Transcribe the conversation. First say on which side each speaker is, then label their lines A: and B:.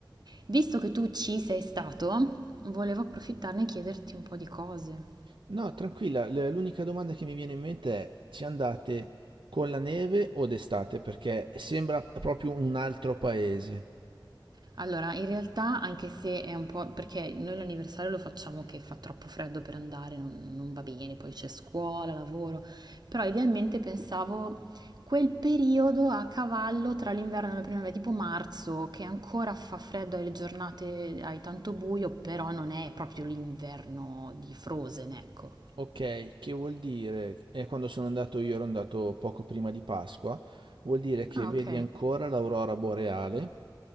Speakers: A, on the right; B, on the right.
A: Visto che tu ci sei stato, volevo approfittarne e chiederti un po' di cose.
B: No, tranquilla, l- l'unica domanda che mi viene in mente è, ci andate con la neve o d'estate? Perché sembra proprio un altro paese.
A: Allora, in realtà, anche se è un po' perché noi l'anniversario lo facciamo che fa troppo freddo per andare, non, non va bene, poi c'è scuola, lavoro, però idealmente pensavo quel periodo a cavallo tra l'inverno e la primavera, tipo marzo, che ancora fa freddo, hai le giornate, hai tanto buio, però non è proprio l'inverno di Frozen, ecco.
B: Ok, che vuol dire? E quando sono andato io ero andato poco prima di Pasqua, vuol dire che
A: Ah,
B: vedi
A: ok.
B: ancora l'aurora boreale